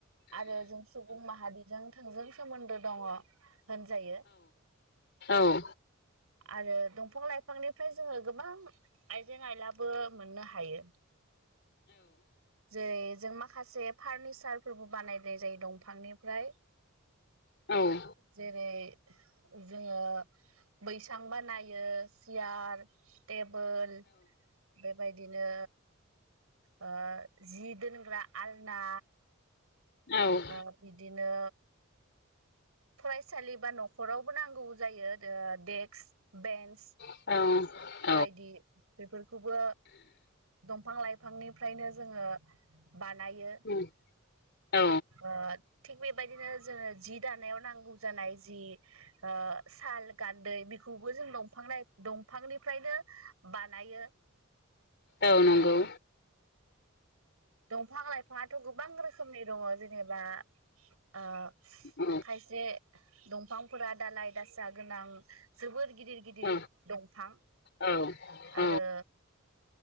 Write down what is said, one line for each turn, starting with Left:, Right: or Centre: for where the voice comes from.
Right: आरो जों सुबुं माहारिजों थोंजों सोमोन्दो दंङ। होनजायो
Left: औ
Right: आरो दंफं लाइफांनिफ्राय जोङो गोबां आइजें आयलाबो मोननो हायो। जेरै जों माखासे फारनिचारफोरबो बानायनाय जायो दंफांनिफ्राय।
Left: औ
Right: जेरै जोङो बैसां बानायो सियार टेबोल बेबायदिनो ओ जि दोनग्रा आलना
Left: औ।
Right: ओ बिदिनो फरायसालि बा नखरावबो नांगौबो जायो दो देक्स बेन्स
Left: ओ
Right: बायदि बेफोरखौबो दंफां लाइफांनिफ्रायनो जोङो बानायो
Left: औ औ
Right: ओद थिग बेबायदिनो जोङो जि दानायाव नांगौ जानाय जि ओ साल गान्दै बेखौबो जों दंफां लाय दं बिफांनिफ्रायनो बानायो
Left: औ नंगौ
Right: ओ दंफां लाइफांङाथ' गोबां रोखोमनि दंङ जेनेबा ओ
Left: औ
Right: खायसे दंफांफोरा दालाय दासा गोनां जोबोर गिदिर गिदिर
Left: औ
Right: दं थां
Left: औ
Right: आरो
Left: औ